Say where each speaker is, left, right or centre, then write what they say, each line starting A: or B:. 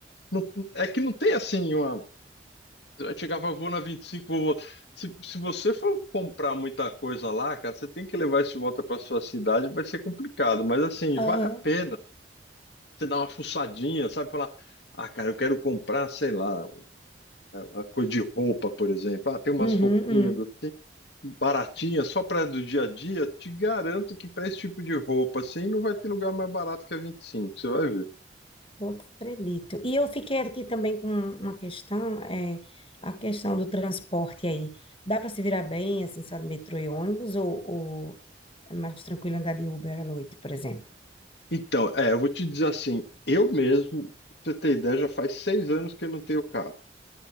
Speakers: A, on the left; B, on the left.
A: não, é que não tem assim uma, Eu chegava, vou na 25, vou voltar. Se, se você for comprar muita coisa lá, cara, você tem que levar isso de volta para sua cidade, vai ser complicado. Mas assim,
B: Aham.
A: vale a pena você dar uma fuçadinha, sabe? Falar, ah, cara, eu quero comprar, sei lá, uma coisa de roupa, por exemplo. Ah, tem umas
B: Uhum,
A: roupinhas
B: uhum.
A: assim, baratinhas, só para do dia a dia. Te garanto que para esse tipo de roupa, assim, não vai ter lugar mais barato que a 25. você vai ver.
B: Eu acredito. E eu fiquei aqui também com uma questão, é a questão do transporte aí. Dá para se virar bem, assim, só de metrô e ônibus, ou, É mais tranquilo andar de Uber à noite, por exemplo.
A: Então, é, eu vou te dizer assim, eu mesmo, pra você ter ideia, já faz seis anos que eu não tenho carro.